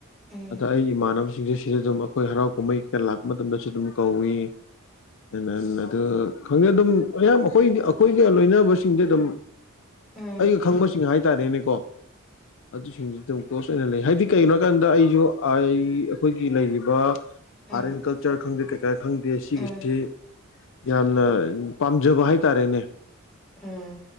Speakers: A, in the centre; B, on the left (about 60°).
A: ꯎꯝ
B: ꯑꯗ ꯑꯩ ꯏꯃꯥꯟꯅꯕ ꯁꯤꯡꯁꯦ ꯁꯤꯗ ꯑꯗꯨꯝ ꯑꯩꯈꯣꯏ ꯍꯔꯥꯎ ꯀꯨꯝꯍꯩ ꯀꯌꯥ ꯂꯥꯛꯄ ꯃꯇꯝꯗꯁꯨ ꯑꯗꯨꯝ ꯀꯧꯏ ꯑꯦ ꯑꯗꯨ ꯈꯪꯉꯦ ꯑꯗꯨꯝ ꯃꯌꯥꯝ ꯑꯩꯈꯣꯏꯗꯤ ꯑꯩꯈꯣꯏꯒ ꯂꯣꯏꯅꯕꯁꯤꯡꯗꯤ ꯑꯗꯨꯝ
A: ꯎꯝ
B: ꯑꯩ ꯈꯪꯕꯁꯤꯡ ꯍꯥꯏꯇꯥꯔꯦꯅꯦꯀꯣ ꯑꯗꯨꯁꯤꯡꯗꯨꯗ ꯑꯗꯨꯝ ꯀ꯭ꯂꯣꯁ ꯑꯣꯏꯅ ꯂꯩ ꯍꯥꯏꯗꯤ ꯀꯩꯒꯤꯅꯣ ꯍꯥꯏ ꯀꯥꯟꯗ ꯑꯩꯁꯨ ꯑꯩ ꯑꯩꯈꯣꯏꯒꯤ ꯂꯩꯔꯤꯕ ꯑꯥꯔꯠ
A: ꯎꯝ
B: ꯑꯦꯟ ꯀꯜꯆꯔ ꯈꯪꯗꯦ ꯀꯩꯀꯥ ꯈꯪꯗꯦ ꯁꯤꯒꯤꯁꯤ
A: ꯎꯝ
B: ꯌꯥꯝꯅ ꯄꯥꯝꯖꯕ ꯍꯥꯏꯇꯥꯔꯦꯅꯦ
A: ꯎꯝ